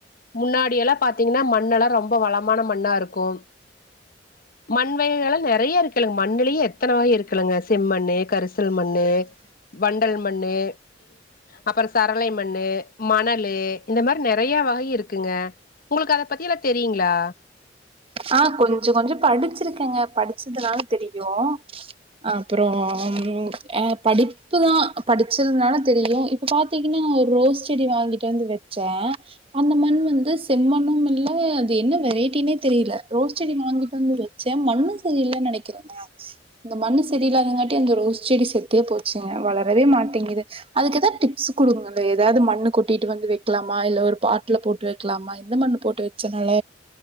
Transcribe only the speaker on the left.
முன்னாடியல்லா பாத்தீங்கன்னா மண்ணெல்லா ரம்ப வளமான மண்ணாருக்கு மண் வகைகல்லா நெறைய இருக்குல மண் மண்னுலயே எத்தன வகை இருக்குலங்க செம்மண்ணு கரிசல்மண்ணு வண்டல் மண்ணு அப்புற சரளை மண்ணு மணலு இந்த மாரி நெறைய வகை இருக்குங்க உங்களுக்கு அத பத்தியல்லா தெரியுங்ளா